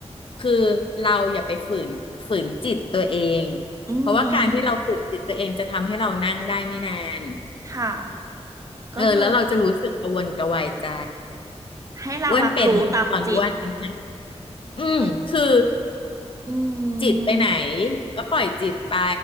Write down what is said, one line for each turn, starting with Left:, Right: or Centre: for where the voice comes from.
Left: คือเราอย่าไปฝืนฝืนจิตตัวเอง
Right: อื
Left: เพราะว่าการที่เราฝืนจิตตัวเองจะทำให้เรานั่งได้ไม่นาน
Right: มค่ะ ก็คือ
Left: เออแล้วเราจะรู้สึกกระวนกระวายใจ
Right: ให้เรารับรู้ตามจิต
Left: อ้วนเป็นไหมตอนอ้วนเป็นนะอืมคือ
Right: ปะอื
Left: จิตไปไหน
Right: ม
Left: ก็ปล่อยจิตไป